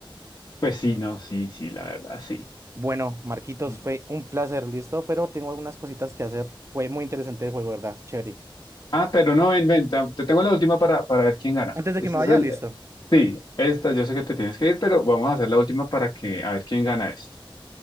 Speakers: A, on the left; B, on the right.
A: Pues sí, no, sí, sí, la verdad, sí.
B: Bueno, Marquitos,
A: Mm.
B: fue un placer, listo, pero tengo algunas cositas que hacer. Fue muy interesante el juego, ¿verdad? Chévere.
A: Ah, pero no, ven, ven, te, te tengo la última para, para ver quién gana.
B: Antes de
A: Este
B: que me vaya,
A: es el,
B: listo.
A: esta, yo sé que te tienes que ir, pero vamos a hacer la última para que, a ver quién gana esto.